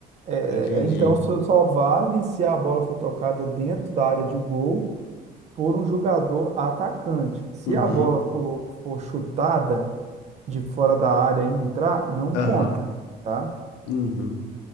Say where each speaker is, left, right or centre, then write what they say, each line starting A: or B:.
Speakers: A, on the right; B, on the left.
A: É,
B: entendi.
A: é, então só, só vale se a bola for tocada dentro da área de gol por um jogador atacante. Se
B: Uhum.
A: a bola for, for chutada de fora da área e entrar, não
B: Aham.
A: conta, tá?
B: Uhum.